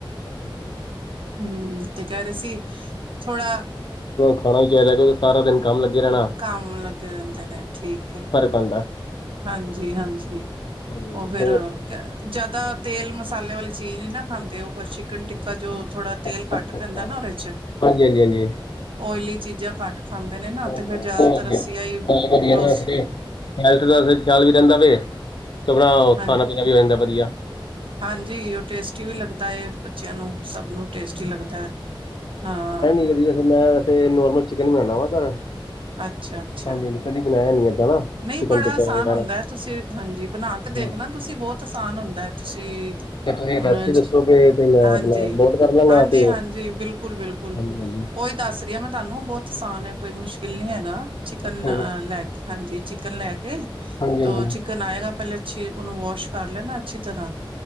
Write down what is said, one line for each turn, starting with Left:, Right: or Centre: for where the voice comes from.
Left: ੱਕ <unintelligible>
Right: ਹੂੰ ਤੇ ਕਹਿ ਰਹੇ ਸੀ ਥੋੜਾ
Left: ਖਾਣਾ ਵੀ ਚਾਹੀਦਾ ਕਿਉਂਕਿ ਸਾਰਾ ਦਿਨ ਕੰਮ ਲੱਗੇ ਰਹਿਣਾ
Right: ਕੰਮ ਲੱਗੇ ਰਹਿੰਦੇ ਨੇ, ਠੀਕ ਏ
Left: ਬੰਦਾ
Right: ਹਾਂਜੀ- ਹਾਂਜੀ ਉਹ
Left: ਹਾਂਜੀ,
Right: ਫਿਰ
Left: ਹੋਰ
Right: ਕ ਜਿਆਦਾ ਤੇਲ ਮਸਾਲੇ ਵਾਲੀ ਚੀਜ਼ ਨੀ ਨਾ ਖਾਂਦੇ ਹੋ ਕੁਛ ਚਿਕਨ ਟਿੱਕਾ ਜੋ ਥੋੜਾ
Left: ਅੱਛਾ
Right: ਤੇਲ ਘੱਟ
Left: ਅੱਛਾ
Right: ਪੈਂਦਾ
Left: ਅੱਛਾ
Right: ਨਾ ਉਹਦੇ 'ਚ
Left: ਹਾਂਜੀ ਹਾਂਜੀ ਹਾਂਜੀ
Right: ਓਇਲੀ ਚੀਜ਼ਾਂ ਘੱਟ ਖਾਂਦੇ ਨੇ ਨਾ
Left: ਹਾਂਜੀ,
Right: ਤੇ ਫਿਰ ਜ਼ਿਆਦਾਤਰ
Left: ਚਲੋ ਵਧੀਆ।
Right: ਅਸੀ ਆਈ
Left: ਨਾਲੇ ਵਧੀਆ
Right: ਬਰੋਸ
Left: ਨਾ ਥੋੜੀ ਹੈਲਥ ਦਾ ਖਿਆਲ ਵੀ ਰਹਿੰਦਾ ਵ ਸ ਆਪਣਾ
Right: ਹਾਂ
Left: ਖਾਣਾ -ਪੀਣਾ ਵੀ ਹੋ ਜਾਂਦਾ ਵਧੀਆ
Right: ਹਾਂਜੀ ਉਹ ਟੇਸਟੀ ਵੀ ਲੱਗਦਾ ਏ ਬੱਚਿਆਂ ਨੂੰ ਸਭ ਨੂੰ ਟੇਸਟੀ ਲੱਗਦਾ ਹੈ, ਹਾਂ
Left: ਸੀ ਮੈਂ <unintelligible> ਤੇ ਨੋਰਮਲ ਚਿਕਨ ਬਣਾਉਣਾ ਵਾ ਘਰ
Right: ਅੱਛਾ-ਅੱਛਾ।
Left: ਹਾਂਜੀ ਹਾਂਜੀ ਕਦੀ ਬਣਾਇਆ ਨੀ ਏਦਾਂ ਨਾ।
Right: ਨਹੀ
Left: ਚਿਕਨ
Right: ਬੜਾ
Left: ਟਿੱਕਾ
Right: ਆਸਾਨ
Left: ਵਗੈਰਾ
Right: ਹੁੰਦਾ ਤੁਸੀਂ ਹਾਂਜੀ ਬਣਾ ਕੇ ਦੇਖਣਾ
Left: ਹਾਂ,
Right: ਤੁਸੀਂ ਬਹੁਤ ਆਸਾਨ ਹੁੰਦਾ। ਤੁਸੀਂ,
Left: ਤੇ ਜੇ ਤੁਸੀਂ
Right: ਹੁਣ
Left: ਰੈਸਪੀ
Right: ਜੀ,
Left: ਦੱਸੋਗੇ ਤੇ ਮੈਂ
Right: ਹਾਂਜੀ,
Left: ਆਪਣਾ ਨੋਟ ਕਰ ਲਾਂਗਾ
Right: ਹਾਂਜੀ-ਹਾਂਜੀ
Left: ਤੇ
Right: ਬਿਲ ਬਿਲਕੁਲ-ਬਿਲਕੁਲ।
Left: ਹਾਂਜੀ ਹਾਂਜੀ
Right: ਉਹੀ ਦੱਸ ਰਹੀ ਆ ਮੈਂ ਤੁਹਾਨੂੰ ਬਹੁਤ ਆਸਾਨ ਐ ਕੋਈ ਮੁਸ਼ਕਿਲ ਨੀ ਹੈਗਾ ਚਿਕਨ
Left: ਅੱਛਾ ਜੀ
Right: ਲੈ ਕ ਹਾਂਜੀ। ਚਿਕਨ ਲੈ ਕੇ
Left: ਹਾਂਜੀ
Right: ਤ
Left: ਹਾਂਜੀ
Right: ਚਿਕਨ ਆਏਗਾ ਪਹਿਲੇ ਅੱਛੀ ਉਹਨੂੰ ਵੋਸ਼ ਕਰ ਲੈਣਾ ਅੱਛੀ ਤਰ੍ਹਾਂ,